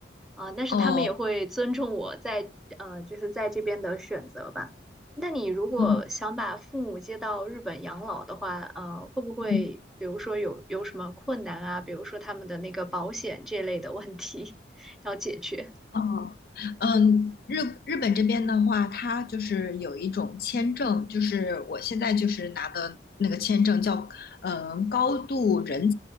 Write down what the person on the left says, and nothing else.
哦，
嗯
嗯。
哦，嗯，日日本这边的话，它就是有一种签证，就是我现在就是拿的那个签证叫，呃，高度人